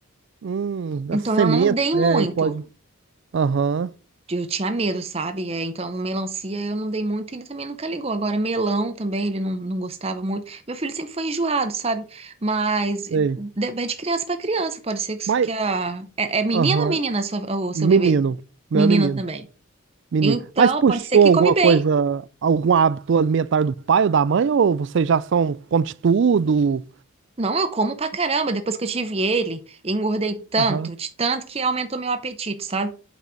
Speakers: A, on the right; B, on the right.
A: hum,
B: Então
A: as sementes,
B: eu não dei
A: né?
B: muito.
A: E pode. Aham.
B: Eu tinha medo, sabe? É, então, melancia eu não dei muito, ele também nunca ligou. Agora, melão também, ele não, não gostava muito. Meu filho sempre foi enjoado, sabe? Mas de-
A: Sei.
B: vai de criança para criança, pode ser que
A: Mas.
B: que a. É, é menina
A: Aham.
B: ou menina sua- o seu
A: Menino.
B: bebê?
A: O
B: Menina
A: Meu é menino.
B: também.
A: Menino.
B: Então,
A: Mas puxou
B: pode ser que
A: alguma
B: come bem.
A: coisa, algum hábito alimentar do pai ou da mãe? Ou vocês já são, come de tudo?
B: Não, eu como pra caramba. Depois que eu tive ele, engordei tanto,
A: Aham.
B: de tanto que aumentou meu apetite, sabe?